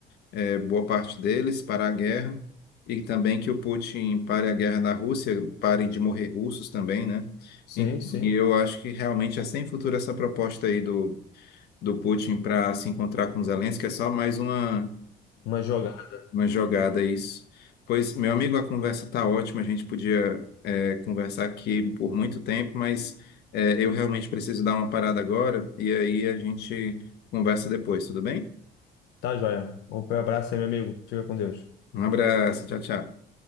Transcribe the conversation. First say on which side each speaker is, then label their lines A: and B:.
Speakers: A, on the left; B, on the left.
A: é, boa parte deles, parar a guerra. E também que o Putin pare a guerra na Rússia, parem de morrer russos também, né?
B: sim,
A: Enfim,
B: sim.
A: eu acho que realmente é sem futuro essa proposta aí do, do Putin para se encontrar com Zelensky, é só mais uma
B: Uma jogada.
A: uma jogada, isso. Pois, meu amigo, a conversa tá ótima. A gente podia, é, conversar aqui por muito tempo, mas, é, eu realmente preciso dar uma parada agora. E aí a gente conversa depois, tudo bem?
B: Tá, joia. Um abraço aí, meu amigo. Fica com Deus.
A: Um abraço, tchau, tchau.